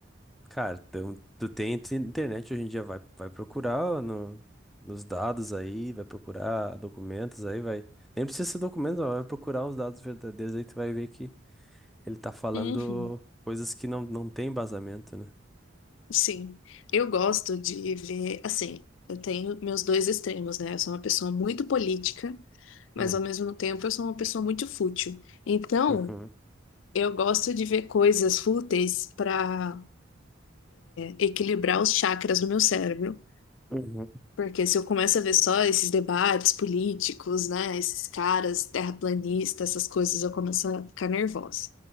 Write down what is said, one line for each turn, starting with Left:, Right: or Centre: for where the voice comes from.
Centre: cara, tu, tu tem inter- internet hoje em dia, vai, vai procurar no, nos dados aí, vai procurar documentos aí, vai. Nem precisa ser documento, ó, vai procurar os dados verdadeiros aí, tu vai ver que ele tá falando
Left: Uhum.
Centre: coisas que não, não tem embasamento, né?
Left: Sim, eu gosto de ver, assim, eu tenho meus dois extremos, né? Eu sou uma pessoa muito política, mas
Centre: Hum,
Left: ao mesmo tempo eu sou uma pessoa muito fútil. Então,
Centre: uhum,
Left: eu gosto de ver coisas fúteis para equilibrar os chakras do meu cérebro,
Centre: uhum.
Left: porque se eu começo a ver só esses debates políticos, né, esses caras terraplanistas, essas coisas, eu começo a ficar nervosa.